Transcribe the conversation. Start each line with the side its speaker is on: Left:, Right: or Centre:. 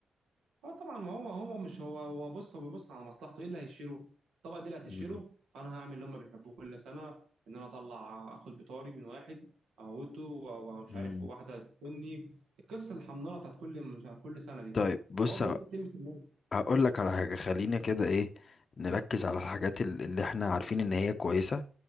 Right: اه طبعا ما هو هو مش هو هو بص هو بيبص على مصلحته ايه اللي هيشيله الطبقه دي اللي هتشيله
Left: مم.
Right: فانا هعمل اللي هم بيحبوه كل سنه ان انا اطلع اخد بطاري من واحد اموته ومش
Left: مم.
Right: عارف واحده تخني القصه الحمضانه بتاعت كل مش- كل سنه دي
Left: طيب بص
Right: هو بينام تلمس الناس
Left: هقول لك على حاجة خلينا كده ايه نركز على الحاجات ال- اللي احنا عارفين ان هي كويسة